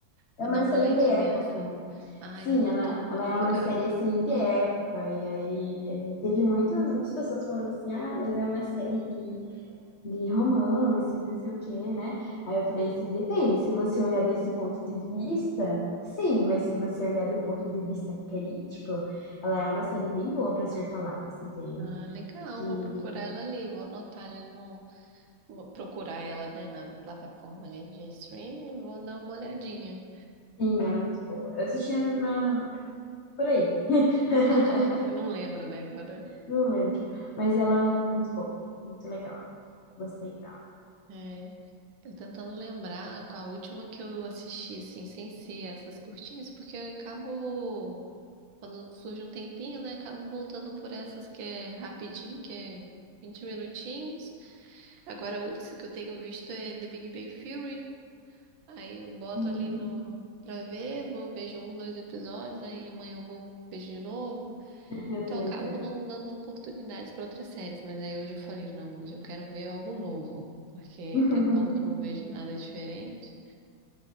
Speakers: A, on the left; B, on the right.
A: É
B: Vou
A: uma
B: dar uma
A: série
B: olhadinha
A: de época.
B: essa. Ai,
A: Sim,
B: vou
A: ela,
B: então vou
A: ela
B: procurar.
A: é uma série assim de época. E aí é, teve muitas, muitas pessoas falando assim, ah, mas é uma série de, de romance, não sei o quê, né? Aí eu falei assim, depende, se você olhar desse ponto de vista, sim, mas se você olhar do ponto de vista crítico, ela é uma série bem boa para ser falada, assim, tem.
B: Ah, legal,
A: que
B: vou procurar ela ali, vou anotar ali no. vou Procurar ela, né, na plataforma ali de streaming, e vou dar uma olhadinha.
A: Sim, ela é muito boa. Eu assistia na... por aí, <laughs>
B: <laughs> Eu não lembro, né, agora.
A: não lembro. Mas ela é muito boa, muito legal. Gostei dela.
B: É, eu tentando lembrar qual a última que eu assisti, assim, sem ser essas curtinhas, porque eu acabo, quando surge um tempinho, né, acabo voltando por essas que é rapidinho, que é 20 minutinhos. Agora, a outra que eu tenho visto é The Big Bang Theory. Aí eu boto
A: Hum,
B: ali no pra ver, vou vejo um, dois episódios, aí amanhã eu vou vejo de novo.
A: <laughs> eu
B: Então
A: também
B: eu acabo
A: tô.
B: não dando oportunidades para outras séries, mas aí hoje eu falei, não, hoje eu quero ver algo novo, porque
A: <laughs>
B: tem um tempão que eu não vejo nada diferente.